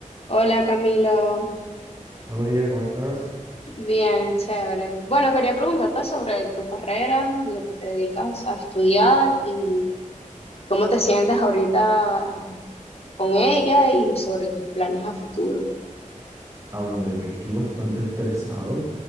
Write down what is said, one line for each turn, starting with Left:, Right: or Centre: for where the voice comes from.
Left: Hola Camilo,
Right: Hola María, ¿cómo estás?
Left: bien, chévere. Bueno, quería preguntarte sobre tu carrera, lo que te dedicas a estudiar y cómo te sientes ahorita ah, con ella y sobre tus planes a futuro.
Right: Ah, bueno, mira, yo estoy bastante estresado